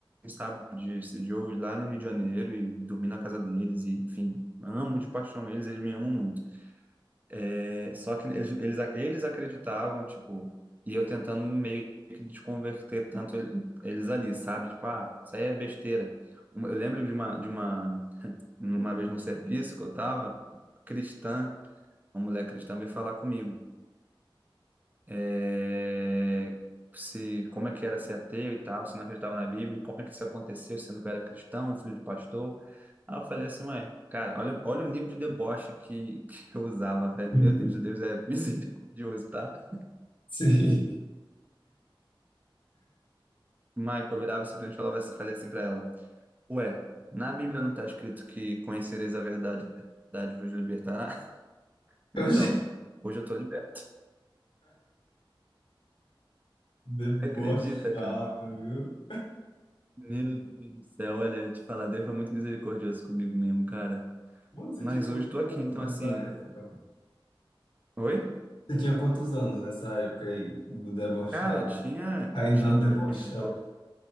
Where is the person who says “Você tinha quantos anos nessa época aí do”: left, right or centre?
Left